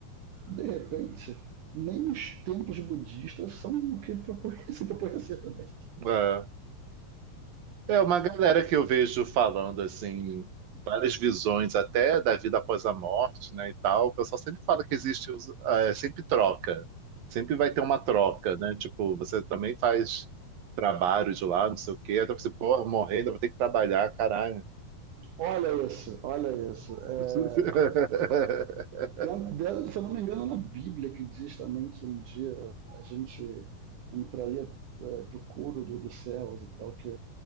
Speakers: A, on the right (about 70°); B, on the right (about 85°).
A: de repente, nem os templos budistas são o que propõe, <laughs> se propõe a ser também.
B: É. É uma galera que eu vejo falando assim, várias visões até da vida após a morte, né, e tal. O pessoal sempre fala que existe, os- ah, é, sempre troca. Sempre vai ter uma troca, né? Tipo, você também faz trabalho de lá, não sei o quê. Aí você, pô, morrer, ainda vou ter que trabalhar, caralho.
A: Olha isso, olha isso. É,
B: <laughs>
A: De- de- se eu não me engano, é na Bíblia que diz também que um dia a gente entraria é, para o coro do- dos céus e tal, que